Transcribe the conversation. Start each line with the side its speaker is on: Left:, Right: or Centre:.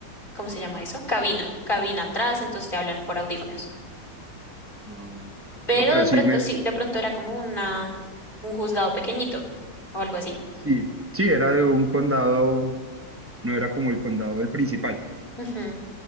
Left: ¿cómo se llama eso? Cabina, cabina atrás, entonces te hablan por audífonos.
Right: No, no,
Left: Pero
Right: no, pero
Left: de
Right: sí,
Left: pronto
Right: me,
Left: sí, de pronto era como una, un juzgado pequeñito o algo así.
Right: sí, sí, era de un condado no era como el condado el principal.
Left: Ujú.